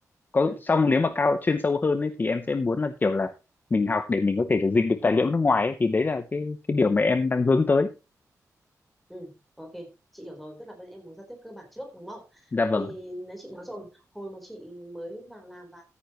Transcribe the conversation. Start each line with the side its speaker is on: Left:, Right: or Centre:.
Left: có
Centre: ừ.
Left: xong nếu mà cao chuyên sâu hơn ấy thì em sẽ muốn là kiểu là mình học để mình có thể là dịch được tài liệu nước ngoài ấy. thì đấy là cái cái điều mà em đang hướng tới
Centre: Ừ, ok, chị hiểu rồi, tức là bây giờ em muốn giao tiếp cơ bản trước đúng không?
Left: dạ vâng
Centre: Thì nãy chị nói rồi, hồi mà chị mới vào làm và